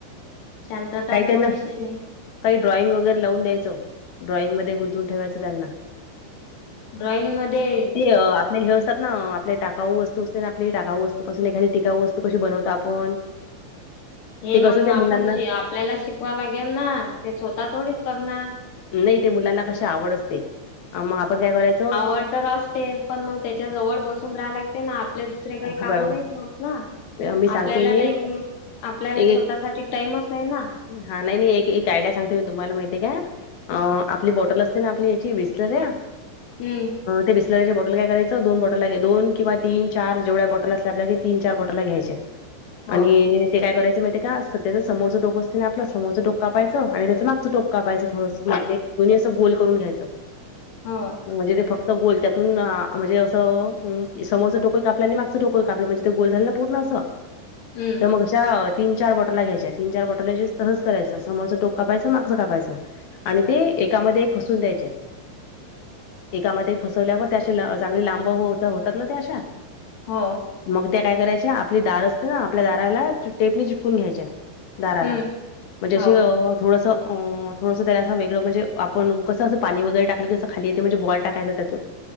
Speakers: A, on the left; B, on the left.
A: शांत तर
B: काही त्यांना
A: थोडीशी नाही
B: काही ड्रॉइंग वगैरे लावून द्यायचं ड्रॉइंगमध्ये गुंतून ठेवायचं त्यांना
A: ड्रॉईंग मध्ये.
B: ते अ, आपले हे असतात ना आपले टाकाऊ वस्तू असते आपली टाकाऊ वस्तूपसून एखादी टिकाऊ वस्ू कशी बनवतो आपण
A: हे
B: ते
A: मग
B: कसं त्या
A: आपण
B: मुलांना
A: श आपल्याला शिकवा लागेल ना ते स्वतः थोडीच करणार
B: नाही ते मुलांना कशी आवड असते मग आपण काय करायचं
A: आवड तर असतेच पण मग त्याच्या जवळ बसून राहाय लागते ना आपले दुसरे काही
B: हा
A: काम
B: बा
A: नाही ठेवत ना
B: मी सांगते
A: आपल्याला
B: एक
A: टाईम आपल्याला
B: एक
A: स्वतःसाठी टाईमच नाही ना
B: हा नाही नाही एक आयडि सगतेो मी तुम्हाला माहिती आहे का अ आपली बॉटल असते ना आपली याची विसलर्या
A: हम्म
B: ते. बॉटल कायं दोन बटला दोनिं तीन चार जेवढ्या बटल असल्या क तीन चार बटला घ्यायच्या.
A: हो.
B: आणि ते काय करायं माहि ते का सध्याच्या समोरं ोक असते ना आप समोर डोका पाहायं आणि त्याच मागं टोका पाहायं थोडं े दोन्ही असं गोल करून घ्यायच
A: हो
B: म्हणजे ते फक्त. गोल त्यातून म्हणजे असं समोरच टोको कापला आणि मागचं टोकोय कापलं म्हणजे ते गोल झालेला पूर्ण.
A: हम्म
B: ते मग. तीन चार बॉटलला घ्यायच्या तीन चार बॉटल तहच करायचं समोरं टोक कापायचं मागचं कापायचं आणि ते एकामध्ये एक फसून द्यायचे. एकामध्ये फसवल्यावर त्या अशी चांगली लांब होतात ना त्या अशा.
A: हो
B: मग ते काय करायचे आपली दार असते ना आपल्या दाराला टेपणी चिटकून घ्यायच्या दाराला
A: हम्म
B: म्हणजे
A: हो
B: अ अ थोडस अ थोडस असं वेगं म्हणजे आपण कसं पाणीगरे टाकलं कीं खाली येत म्हणजे बॉल टाकायचा त्यातून.